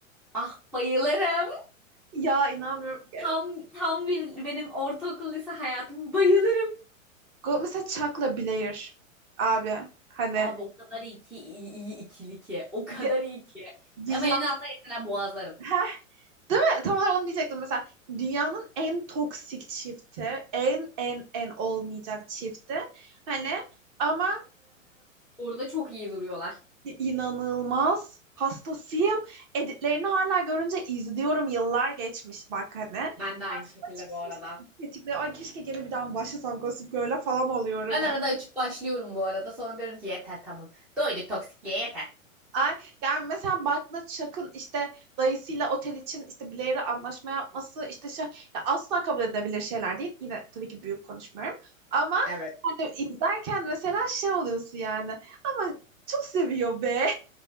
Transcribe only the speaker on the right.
Ya inanmıyorum. Ya,
Go- mesela Chuck'la Blair abi. Hani
ya-
dünyanın
Heh, değil mi? Tam olarak onu diyecektim mesela. Dünyanın en toksik çifti. En en en olmayacak çifti. Hani ama
İnanılmaz. Hastasıyım. Editlerini hala görünce izliyorum. Yıllar geçmiş bak hani.
Karşıma
çıksam
tetikle ay keşke gene bir daha başlasam Gossip Girl'e falan oluyorum
ya.
Yani.
Ay, yani mesela Buck'la Chuck'ın işte dayısıyla otel için işte Blair'e anlaşma yapması işte şey, ya asla kabul edilebilir şeyler değil. Yine tabii ki büyük konuşmuyorum. Ama
hani izlerken mesela şey oluyorsun yani. Ama çok seviyor be.